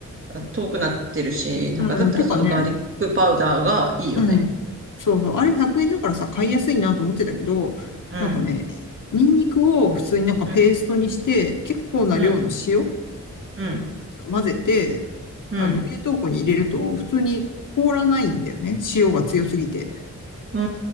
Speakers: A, on the right; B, on the left.
A: あ遠くなってるし、なんかだったらそのガーリックパウダーがいいよね。
B: うん。うん。てかね、うん。そうそう。あれ100円だからさ、買いやすいなと思ってたけど、
A: うん、
B: なんかね、ニンニクを普通になんかペーストにして、
A: うん、
B: 結構な量の塩
A: うん、うん、
B: 混ぜて、
A: うん。
B: あの、冷凍庫に入れると、普通に凍らないんだよね。塩が強すぎて。
A: うー